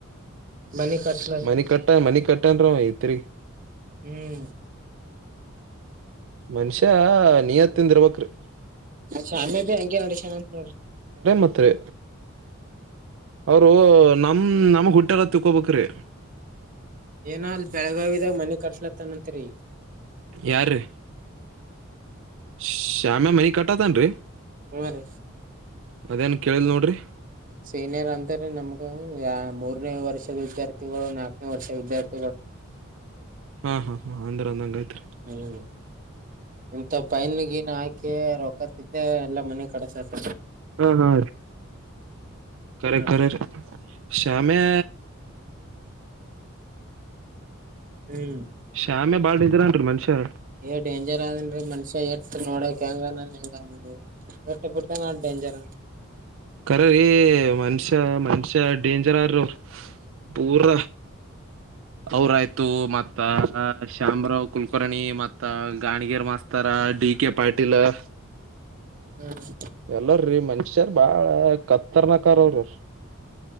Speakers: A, on the right; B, on the right.
A: ಮನಿ ಕಟ್ಲಕ್ಕ
B: ಮನಿ ಕಟ್ಟ ಮನಿ ಕಟ್ಟನ್ರ ಐತ್ರಿ
A: ಹ್ಮ್
B: ಮನುಷ್ಯ ನಿಯತ್ತಿಂದ ಇರ್ಬಕ್ಿ
A: ಶಾಮೆ ಬಿ ಹಂಗೆ ನಡಸ್ಯನಂತ್ ನೋಡ್ರಿ
B: ಮತ್ತೆ ಅವರು ನ ಹ್ಮ ನಮಗ್ ಹುಟ್ಟೆಲ್ಲ ತಿಕ್ಕೋಬೇಕ್ರಿ
A: ಏನ ಅ ಬೆಳಗಾವಿದ ಮನಿ ಕಟ್ಸ್ಲತ್ತನತ್ರಿ
B: ಯಾರು ಶ್ಯಾಮ್ಯಾ ಮೈ ಕಟ್ಟತನ್ರಿ
A: ಹ್ಮ ರೀ
B: ಅದೇನ್ ಕೇಳಲ್ ನೋಡ್ರಿ
A: ಸೀನಿಯರ್ ಅಂತ್ರೆ ನಮ್ಗ ಯ ಮೂರನೇ ವರ್ಷದ ವಿದ್ಯಾರ್ಥಿಗಳು ನಾಲ್ಕನೇ ವರ್ಷ ವಿದ್ಯಾರ್ಥಿ
B: ಹಾ ಹಾ ಹಾ ಅಂದ್ರ ಅಂದಂಗ ಆಯ್ತ್ರಿ
A: ಹ್ಮ್ ಇಂತ ಫೈನ್ ಗೀನ್ ಹಾಕಿ ರೊಕ್ಕ ತಿದ್ದೆ ಎಲ್ಲಾ ಮನಿ ಕಡಸತ್
B: ಹಾ ಹಾ ಕರೆಖರ
A: ನೋಡ್ರಿ
B: ಶಾಮೆ
A: ಹ್ಮ್
B: ಶ್ಯಾಮೆ ಬಾಳ ನಿಜ್ರಂನ್ರಿ ಮನುಷ್ಯ
A: ಏ ಡೇಂಜರ್ ಅದನ್ೀ ಮನುಷ್ಯ ಎ ನೋಡಕ್ ಹೆಂಗ ಹೆಂಗಟ್ಟ ಬಿಟ್ಟ ನ ಹಜರ
B: ಕರ್ರೀ ಮನುಷ್ಯ ಮನುಷ್ಯ ಡೇಂಜರ್ ಆ ಅವ್ರ ಪೂರ ಅವ್ರಾಯ್ತು ಮತ್ ಮತ್ತ ಶಾಮರಾವ್ ಕುಲಕರ್ಣಿ ಮತ್ತ ಗಾಣಗಿರ್ ಮಾಸ್ತರ ಡಿ ಕೆ ಪಾಟೀಲ್ <unintelligible>
A: ಹ್ಮ್
B: ಎಲ್ಲರ್ರೀ ಮನ್ಷ್ಯಾರ್ ಬಾಳ ಕತ್ತರ್ನಕಾರ ಅವ್ರಿ್ರ